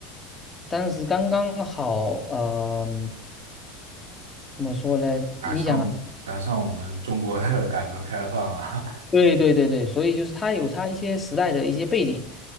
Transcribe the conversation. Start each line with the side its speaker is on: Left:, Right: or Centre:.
Left: 当时刚刚好，呃，怎么说呢？
Right: 赶上赶上我们中国的
Left: 你想啊。
Right: <laughs> 改革开放了，
Left: 对对对对，所以就是它有它一些时代的一些背景，